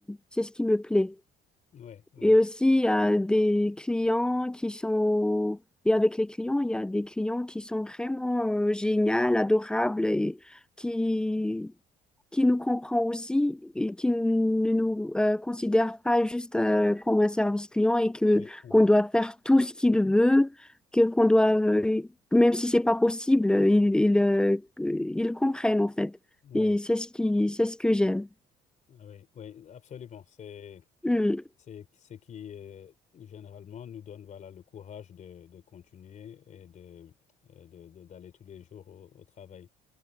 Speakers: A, in the centre; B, on the left.
A: c'est ce qui me plaît.
B: oui, oui,
A: Et aussi, il y a des clients qui sont... Et avec les clients, il y a des clients qui sont vraiment euh, géniaux, adorables et qui, qui nous comprend aussi et qui ne nous euh, considère pas juste euh, comme un service client et que
B: oui, oui,
A: qu'on doit faire tout ce qu'il veut, que qu'on doit euh, même si c'est pas possible, ils ils, euh, ils comprennent en fait.
B: oui,
A: Et c'est ce qui c'est ce que j'aime.
B: ah oui, oui, absolument. C'est,
A: Mm.
B: c'est ce qui, euh, généralement, nous donne, voilà, le courage de, de continuer et de, euh, de- de- d'aller tous les jours au au travail.